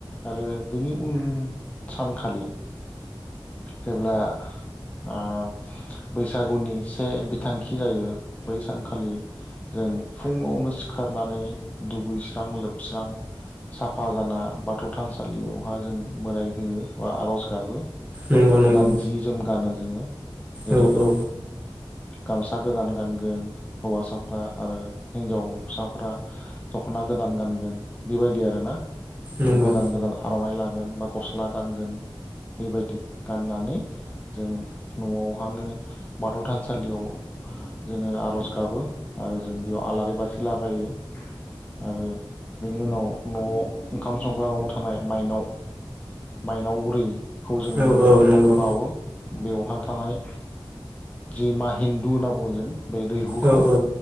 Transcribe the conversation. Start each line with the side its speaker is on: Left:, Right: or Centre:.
Left: आरो बेनि उन सानखालि जेब्ला ओ बैसागुनि से बिथांखि जायो बै सानखालि जों फुुङावनो सिखारनानै दुगैस्रां-लोबस्रां साफा जाना बाथौ थानसालियावहा जों मोदाय हुयो बा आर'ज गाबो।
Right: नंगौ
Left: गोदान
Right: नंगौ
Left: जि-जोम गानो जोङो जेरै
Right: औ औ
Left: गामसा गोदान गानगोन हौवासाफ्रा आरो हिनजावसाफ्रा दख'ना गोदान गानगोन बेबायदि आरोना। ओ
Right: नंगौ
Left: गोदान गोदान आर'नाइ ला गोन बा गस्ला गानगोन। बेबायदि गाननानै जों न'आवहानो बाथौ थानसालियाव जोङो आर'ज गाबो आरो जों बेयाव आलारि बाथि लागायो आरो बेनि उनाव न'आव ओंखाम संग्रा न'आव थानाय माइनाव माइनाव बुरै खौ जोंबो
Right: औ औ
Left: बेवहायनो
Right: नंगौ
Left: बावो। बेवहाय थानाय जि मा हिन्दु होनना बुङो जों। बे दैहुखौ
Right: औ औ